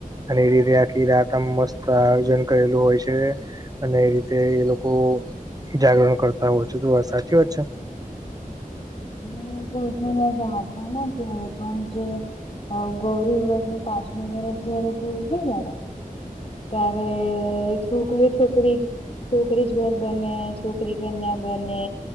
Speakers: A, on the right; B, on the left.
A: અને એ રીતે આખી રાતમાં મસ્ત આયોજન કરેલું હોય છે. અને એ રીતે એ લોકો જાગરણ કરતાં હોય છે. તો આ સાચી વાત છે?
B: <unintelligible> ક્યાંય પણ હજુ <unintelligible> નથી આવું પણ જે મારુ ગૌરી વ્રતનું પાંચમું વરષ જ્યારે પૂરું થઈલુ ને ત્યારે છોકરી છોકરી જ છોકરી જ વર બને છોકરી કન્યા બને